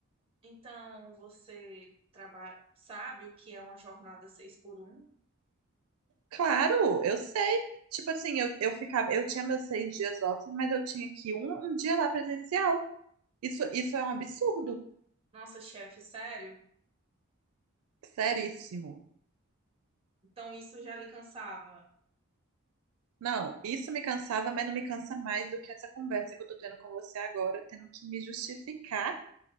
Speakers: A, on the right; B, on the right.
A: Então, você trabalha, sabe o que é uma jornada seis por um?
B: Claro, eu sei. Tipo assim, eu, eu ficava, eu tinha meus seis dias off, mas eu tinha que ir um, um dia lá presencial. Isso, isso é um absurdo,
A: Nossa, chefe, sério?
B: seríssimo.
A: Então, isso já lhe cansava.
B: Não, isso me cansava, mas não me cansa mais do que essa conversa que eu tô tendo com você agora, tendo que me justificar